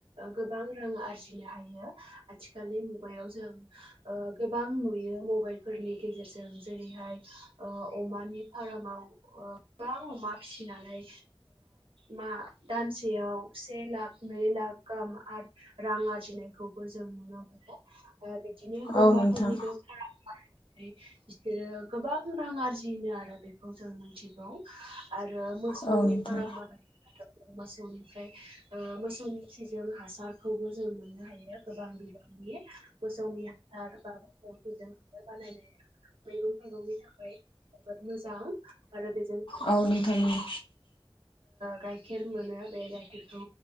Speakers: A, on the right (about 70°); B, on the left (about 65°).
A: गोबां रां आरजिनो हायो। आथिखा खालि मुगायाव जों गोबां नुयो मबाइलफोरनि गेजेरजों जेरैहाय अमानि फारामाव गोबां अमा फिसिनानै मा दानसेयाव से लाख, नै लाख गाहाम आरो रां आरजिनायखौबो जों नुनो मोनो बिदिनो
B: औ
A: बोरमाफोरनिबो
B: नोंथां
A: फार्मआरि बिसोरो गोबां रां आरजिनो आरो बेखौ जों मिथिगौ आरो मोसौनि
B: औ नोंथां
A: फार्म बानायबाथ' मोसौनिफ्राय मोसौनि खिजों हासारखौबो जों मोननो हायो गोबां बिबां नि मोसौनि हासार बा मोसौजों हासार बानायनाय मैगं थाइगंनि थाखाय जबोद मोजां आरो बेजों बे
B: औ नोंथां
A: मोसौ
B: नंगौ
A: गाइखेर मोनो बे गाइखेरखौ